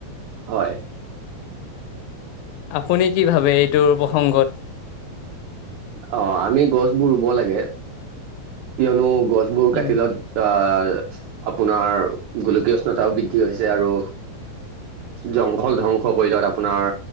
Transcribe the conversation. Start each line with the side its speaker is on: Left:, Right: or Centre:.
Right: হয়।
Left: আপুনি কি ভাবে এইটোৰ প্ৰসংগত?
Right: অ', আমি গছবোৰ ৰুব লাগে। কিয়নো গছবোৰ কাট
Left: উম
Right: লত অ' আপোনাৰ গোলকীয় উষ্ণতাও বৃদ্ধি হৈছে আৰু জংঘল ধ্বংস কৰিলত আপোনাৰ